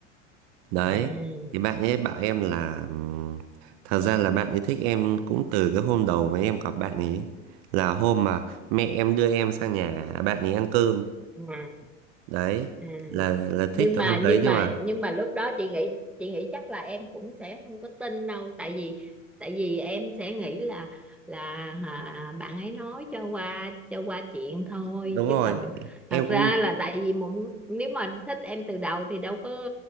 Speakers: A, on the right (about 55°); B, in the centre.
A: Đấy,
B: ừ.
A: thì bạn ấy bảo em là ừm, thật ra là bạn ấy thích em cũng từ cái hôm đầu mà em gặp bạn ấy là hôm mà mẹ em đưa em sang nhà bạn ấy ăn cơm.
B: à, à.
A: Đấy,
B: à.
A: là là
B: nhưng
A: thích từ
B: mà
A: hôm
B: nhưng
A: đấy nhưng
B: mà
A: mà
B: nhưng mà lúc đó chị nghĩ chị nghĩ chắc là em cũng sẽ không có tin đâu tại vì tại vì em sẽ nghĩ là là à, bạn ấy nói cho qua cho qua chuyện thôi
A: đúng
B: chứ
A: rồi,
B: còn
A: em
B: thật
A: cũng
B: ra là tại vì một nếu mà thích em từ đầu thì đâu có